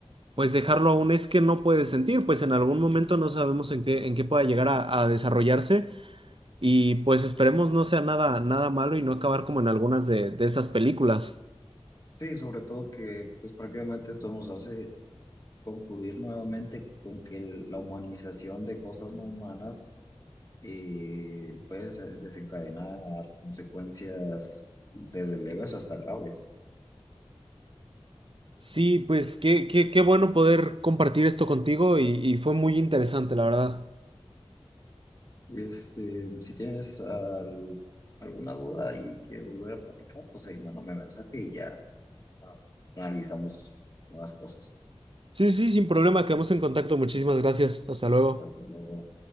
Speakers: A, on the right; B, on the left.
A: pues dejarlo aún es que no puede sentir, pues en algún momento no sabemos en qué, en qué pueda llegar a, a desarrollarse y pues esperemos no sea nada, nada malo y no acabar como en algunas de, de esas películas.
B: Sí, sobre todo que pues prácticamente esto nos hace concluir nuevamente con que el- la humanización de cosas no humanas eh, puede ser- desencadenar consecuencias desde leves hasta graves.
A: Sí, pues qué, qué, qué bueno poder compartir esto contigo y, y fue muy interesante, la verdad.
B: Este, si tienes al- alguna duda y quieres volver a platicar, pues ahí mándame mensaje y ya ah, analizamos nuevas cosas.
A: Sí, sí, sin problema, quedamos en contacto. Muchísimas gracias. Hasta luego.
B: Hasta luego.